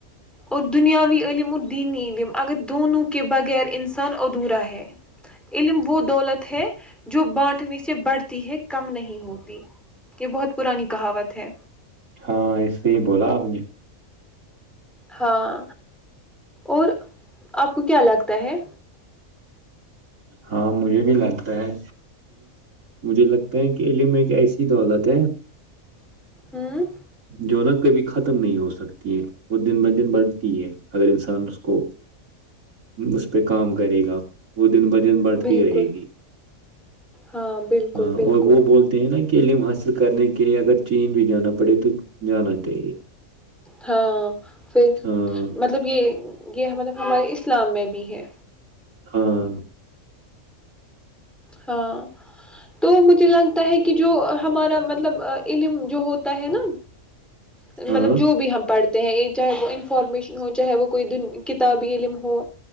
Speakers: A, in the centre; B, on the right.
A: اور دنیاوی علم اور دینی علم اگر دونوں کے بغیر انسان ادھورا ہے علم وہ دولت ہے جو بانٹنے سے بڑھتی ہے کم نہیں ہوتی یہ بہت پرانی کہاوت ہے
B: ہاں اس سے ہی بولا آپ نے
A: ہاں اور آپ کو کیا لگتا ہے
B: ہاں مجھے بھی لگتا ہے مجھے لگتا ہے کہ عم ایک ایسی دولت ہے
A: ہوں
B: جوونک کبھی ختم نہیں ہو سکتی ہے وہ دن ب دن بڑھتی ہے اگر انسان اس کو اس پہ کام کرے گا وہ دن ب د ن بڑھتی
A: بالکل
B: رہے گی
A: ہاں بالکل
B: ہاں
A: بالکل
B: اور وہ بولتے ہیں نا کہ علم حاصل کرنے کے لیے اگر چین بھی جانا پڑے تو جانا چاہیے
A: ہاں پھر
B: ہاں
A: مطلب یہ یہ مطلب ہمارے اسلام میں بھی ہے
B: ہاں
A: ہاں تو مجھے لگتا ہے کہ جو ہمارا مطلب علم جو ہوتا ہے نا مطلب
B: ہاں
A: جو بھی ہم پڑھتے ہیں چاہے وہ انفارمیشن ہو چاہے وہ کوئی کتابی علم ہو